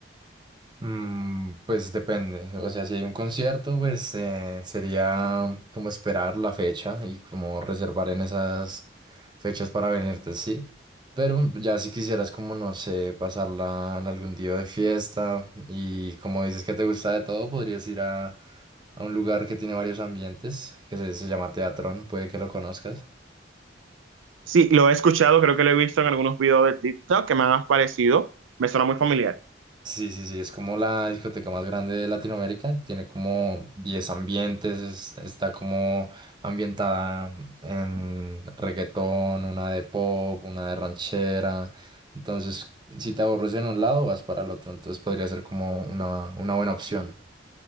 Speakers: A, on the right; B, on the right.
A: Mm, pues depende, o sea, si hay un concierto, pues eh, sería como esperar la fecha y como reservar en esas fechas para venirte, sí. Pero ya si quisieras como, no sé, pasarla en algún día de fiesta y como dices que te gusta de todo, podrías ir a, a un lugar que tiene varios ambientes, que se, se llama Teatrón, puede que lo conozcas.
B: Sí, lo he escuchado, creo que lo he visto en algunos videos de TikTok que me han parecido, me suena muy familiar.
A: Sí, sí, sí, es como la discoteca más grande de Latinoamérica, tiene como 10 ambientes, es- está como ambientada en reggaetón, una de pop, una de ranchera, entonces si te aburres en un lado vas para el otro, entonces podría ser como una, una buena opción.